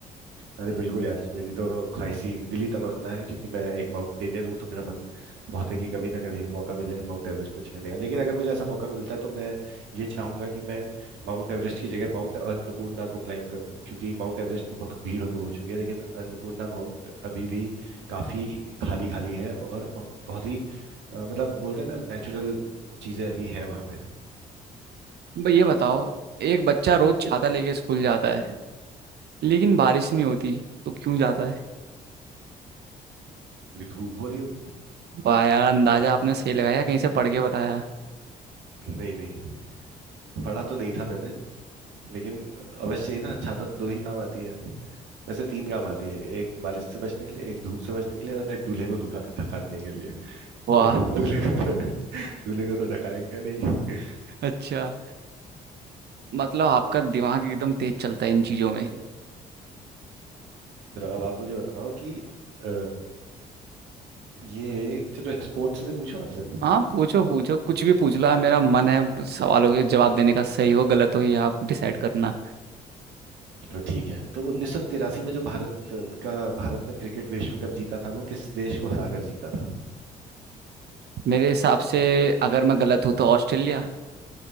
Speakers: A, on the right (about 75°); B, on the right (about 55°).
A: अरे बिल्कुल यार मेरी तो ख्वाहिशी दिली तमन्ना है क्योंकि मैं एक माउंटेनियर हूँ तो मेरा मन बहुत है कि कभी ना कभी मौका मिले माउंट एवरेस्ट में चढ़ने का लेकिन अगर मुझे ऐसा मौका मिलता है तो मैं ये चाहूंगा कि मैं माउंट एवरेस्ट की जगह माउंट अन्नपूर्णा को क्लाइम करूँ क्योंकि माउंट एवरेस्ट में बहुत भीड़ हो हो चुकी है लेकिन अन्नपूर्णा माउंट अभी भी काफी खाली खाली है और बहुत ही अ, मतलब बोलते हैं ना नेचुरल चीजें अभी हैं वहां पे
B: भाई ये बताओ एक बच्चा रोज छाता लेके स्कूल जाता है लेकिन बारिश नहीं होती तो क्यों जाता है
A: क्योंकि धूप हो रही होगी
B: वाह यार अंदाजा आपने सही लगाया कहीं से पढ़ के बताया
A: नहीं नहीं पढ़ा तो नहीं था मैंने लेकिन अवश्य ही ना छाता दो ही काम आती है वैसे तीन काम आती है एक बारिश से बचने के लिए एक धूप से बचने के लिए और एक दूल्हे को दुखा ढकाने के लिए
B: वाह
A: तो <laughs> दूल्हे को तो <laughs> दूल्हे को तो ढकाएगा नहीं
B: अच्छा मतलब आपका दिमाग एकदम तेज चलता है इन चीजों में
A: चलो अब आप मुझे बताओ कि अ, ये चलो स्पोर्ट्स से पूछो आपसे
B: हाँ पूछो पूछो कुछ भी पूछ लो आप, मेरा मन है सवालों के जवाब देने का सही हो गलत हो ये आप डिसाइड करना
A: चलो ठीक है तो 1983 में जो भारत का भारत ने क्रिकेट विश्व कप जीता था वो किस देश को हरा कर जीता था
B: मेरे हिसाब से अगर मैं गलत हूँ तो ऑस्ट्रेलिया